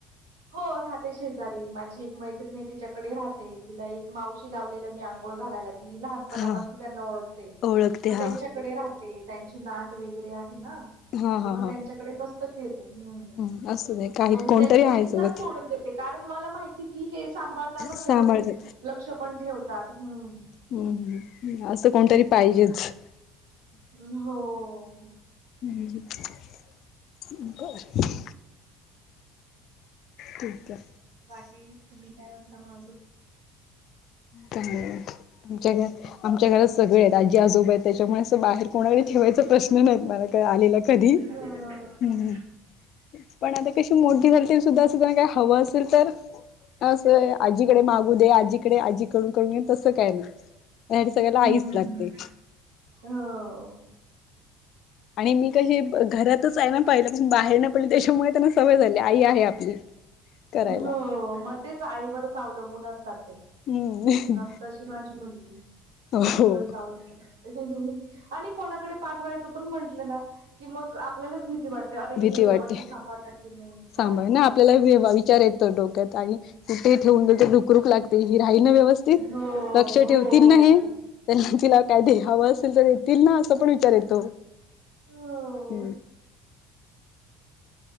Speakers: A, on the right; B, on the left.
A: हो राहते, शेजारी माझी एक मैत्रिणी तिच्याकडे राहते तिला एक मावशी लावलेलीय मी आंघोळ घालायला ती लहान पणापासून
B: हा.
A: त्यांना ओळखते
B: ओळखते
A: मग
B: हा.
A: त्यांच्याकडे राहते, त्यांची नात वगैरे आहे ना?
B: हा
A: तर
B: हा
A: मग
B: हा
A: त्यांच्याकडे मस्त खेळते हम्म
B: ह असू दे काही
A: मग मी
B: कोणतरी
A: त्यांच्याकडे
B: आहे
A: बिनधास्त
B: सोबत
A: सोडून देते. ते कारण मला माहिती की हे सांभाळता, पण व्यवस्थित
B: सांभाळते.
A: लक्ष पण ठेवतात. ह्म
B: हम् हम्, असं कोणतरी पाहिजेच
A: हो
B: ह् ब <unintelligible> <inaudible> ठीक आहे.
A: बाकी तुम्ही काय म्हणता म आजून?
B: काय नाय बाकी, आमच्या घर आमच्या घरात सगळे आहेत आजी आजोब आहेत त्याच्यामुळे असं बाहेर कोणाडे ठेवायचा प्रश्न नाय येत मला काय आलेला कधी?
A: ह
B: हम् पण आता कशी मोठी झाली, तरी सुद्धा असं काय हवं असेल तर? असंय, आजीकडे मागू दे आजीकडे आजीकडून करून घे तसं काय नाय आणि सगळ्याला
A: हम्म
B: आईच लागते
A: हो.
B: आणि मी कशी घरातच आहे ना पाहिल्यापासून बाहेर नाय पडली त्याच्यामुळे त्यांना सवय झाली आई आहे आपली करायला
A: हो, मग तेच आईवरच अवलंबून असतात, ते
B: हम्म
A: नसतं माझी मुलगी माझ्यावरच
B: हो
A: अवलंबून असते आणि कोणाकडे पाठवा यच म्हटलं ना, की मग आपल्यालाच भीती वाट अरे
B: भीती
A: हे व्यवस्थित
B: वाटते.
A: सांभाळता की नाही? काय
B: सांभाळ
A: ते
B: ना आपल्याला
A: असं हो
B: विचार येतो डोक्यात आणि ते ठेवून म्हणजे रुखरुख लागते ही राहील ना व्यवस् स्थीत
A: हो
B: लक्ष ठेवतील
A: हो
B: ना? हे त्यांना तिला काय हावं असेल तरी तील ना असं पण विचार येतो,
A: हो
B: हम्